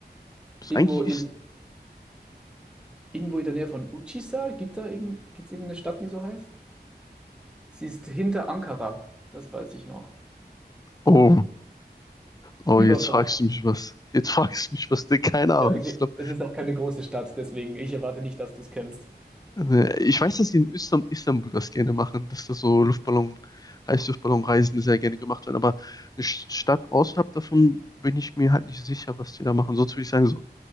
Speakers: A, on the left; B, in the centre.
A: was
B: Irgendwo
A: eigentlich
B: in,
A: ist.
B: irgendwo in der Nähe von Uçhisar, gibt da irgend, gibt's irgendeine Stadt, die so heißt? Sie ist hinter Ankara, das weiß ich noch.
A: Oh, oh,
B: Überfragt.
A: jetzt fragst du mich was. Jetzt fragst du mich was. Ne, keine Ahnung.
B: Ja, okay.
A: Ich glaube,
B: Es ist auch keine große Stadt, deswegen ich erwarte nicht, dass du es kennst.
A: äh, ich weiß, dass die in Istan- Istanbul das gerne machen, dass da so Luftballon, Heißluftballonreisen sehr gerne gemacht werden. Aber eine Sch- Stadt außerhalb davon bin ich mir halt nicht sicher, was die da machen. Sonst würde ich sagen, so